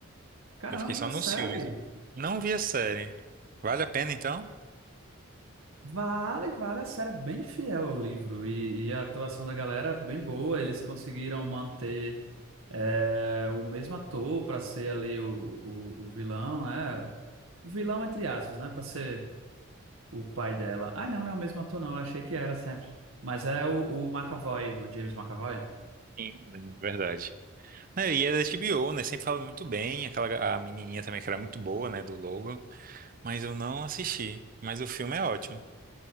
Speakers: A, on the right (about 75°); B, on the right (about 40°).
A: Cara,
B: Eu
A: não
B: fiquei
A: viu
B: só
A: a
B: nos
A: série?
B: filmes. né? Não vi a série. Vale a pena então?
A: Vale, vale, a série é bem fiel ao livro e, e a atuação da galera é bem boa, eles conseguiram manter eh, o mesmo ator para ser ali o, o, o vilão, né? vilão entre aspas, né? Pra ser o pai dela. Ai, não, não é o mesmo ator, não. Eu achei que era sempre. Mas é o, o McAvoy, o James McAvoy.
B: Sim, de verdade. Né, E é da HBO, né? Sempre fala muito bem. Aquela, ga- a menininha também que era muito boa, né? Do Logan. Mas eu não assisti. Mas o filme é ótimo.